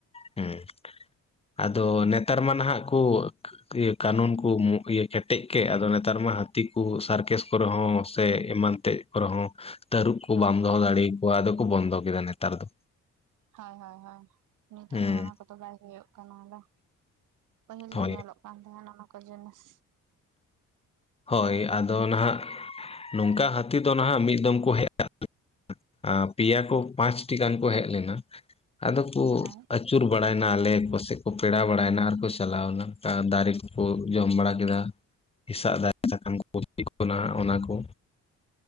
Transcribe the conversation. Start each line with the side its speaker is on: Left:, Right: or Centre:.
Left: ᱦᱮᱸ, ᱟᱫᱚ ᱱᱮᱛᱟᱨ ᱢᱟ ᱱᱟᱦᱟᱜ ᱠᱩ ᱠᱟᱹᱱᱩᱱ ᱠᱩ ᱢᱚ ᱤᱭᱟᱹ ᱠᱮᱴᱮᱡ ᱠᱮᱜ ᱟᱫᱚ ᱱᱮᱛᱟᱨ ᱢᱟ ᱦᱟᱹᱛᱤ ᱠᱩ ᱥᱟᱨᱠᱮᱥ ᱠᱚᱨᱮ ᱦᱚᱸ ᱥᱮ ᱮᱢᱟᱱ ᱮᱛᱮᱫ ᱠᱚᱨᱮ ᱦᱚᱸ ᱛᱟᱹᱨᱩᱵ ᱠᱚ ᱵᱟᱢ
Right: ᱦᱚᱸ
Left: ᱫᱚᱦᱚ ᱫᱟᱲᱮ ᱟᱠᱚᱣᱟ ᱟᱫᱚ ᱠᱚ ᱵᱚᱱᱫᱚ ᱠᱮᱫᱟ ᱱᱮᱛᱟᱨ ᱫᱚ᱾
Right: ᱦᱳᱭ ᱦᱳᱭ ᱦᱳᱭ, ᱱᱤᱛᱚᱜ
Left: ᱦᱮᱸ
Right: ᱫᱚ ᱚᱱᱟ ᱠᱚᱫᱚ ᱵᱟᱭ ᱦᱩᱭᱩᱜ ᱠᱟᱱᱟ ᱟᱫᱚ, ᱯᱟᱹᱦᱤᱞ
Left: ᱦᱳᱭ
Right: ᱫᱚ ᱧᱮᱞᱚᱜ ᱵᱟᱝ ᱛᱟᱦᱮᱸ ᱠᱟᱱᱟ ᱚᱱᱟ ᱠᱚ ᱡᱤᱱᱤᱥ᱾
Left: ᱦᱳᱭ ᱟᱫᱚ ᱱᱟᱦᱟᱜ, ᱱᱚᱝᱠᱟ ᱦᱟᱹᱛᱤ ᱫᱚ ᱱᱟᱦᱟᱜ ᱢᱤᱫ ᱫᱚᱢ ᱠᱚ ᱦᱮᱡᱟ᱾ ᱟᱸ ᱯᱮᱭᱟ ᱠᱩ ᱯᱟᱸᱪᱴᱤ ᱜᱟᱱ ᱠᱚ ᱦᱮᱡ ᱞᱮᱱᱟ ᱟᱫᱚ ᱠᱩ
Right: ᱦᱮᱸ
Left: ᱟᱹᱪ ᱟᱹᱪᱩᱨ ᱵᱟᱲᱟᱭᱱᱟ ᱟᱞᱮ ᱠᱚᱥᱮᱡ ᱠᱚ ᱯᱮᱲᱟ ᱵᱟᱲᱟᱭᱱᱟ ᱟᱨᱠᱚ ᱪᱟᱞᱟᱣᱱᱟ, ᱫᱟᱨᱮ ᱠᱚᱠᱚ ᱡᱚᱢ ᱵᱟᱲᱟ ᱠᱮᱫᱟ᱾ ᱦᱮᱥᱟᱜ ᱫᱟᱨᱮ ᱥᱟᱠᱟᱢ ᱠᱚᱠᱚ <inaudible> ᱠᱟᱱᱟ ᱦᱟᱸᱜ ᱚᱱᱟ ᱠᱚ᱾